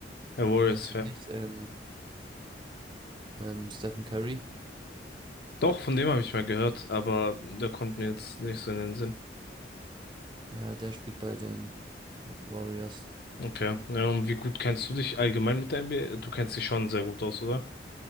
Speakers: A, on the left (about 60°); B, on the right (about 25°).
A: er Warriors-Fan.
B: Kennst du nicht? Ähm, ähm, Stephen Curry.
A: Doch, von dem habe ich mal gehört, aber der kommt mir jetzt nicht so in den Sinn.
B: Ja, der spielt bei den Warriors.
A: Okay. Ja, und wie gut kennst du dich allgemein mit der NBA? Du kennst dich schon sehr gut aus, oder?